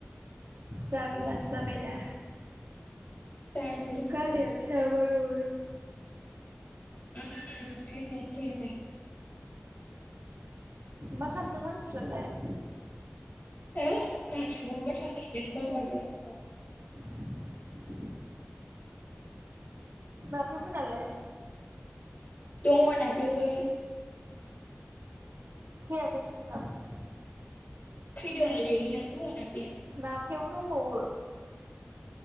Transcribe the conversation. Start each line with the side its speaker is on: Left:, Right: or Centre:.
Right: जारलासो जाबाय दा
Left: जारबिसो
Right: गारिया। थायाबा न'आवनो।
Left: <inaudible>
Right: मा खामदों मानसिफ्रालाय?
Left: है मामिया बहाबा थांनो नागिरदों बाबा दं।
Right: ओम। नाफेमोना लाय?
Left: दङ' नाफेबो।
Right: फैयाखै नोसोरनाव?
Left: फैदों लाय बेयावनो दङ'ना बेयो।
Right: नाफेआबो दंबावो?